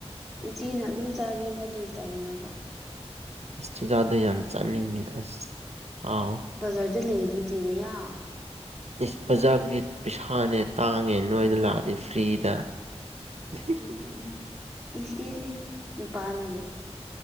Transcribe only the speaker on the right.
ꯑꯁ ꯁꯨꯖꯥꯗ ꯌꯥꯝ ꯆꯥꯅꯤꯉꯦ ꯑꯁ ꯍꯥꯎꯋꯦ
ꯏꯁ ꯕꯖꯥꯔꯒꯤ ꯄꯩꯁꯥꯅꯦ ꯇꯥꯡꯉꯦ ꯅꯣꯏꯗ ꯂꯥꯛꯑꯗꯤ ꯐ꯭ꯔꯤꯗ <inaudible>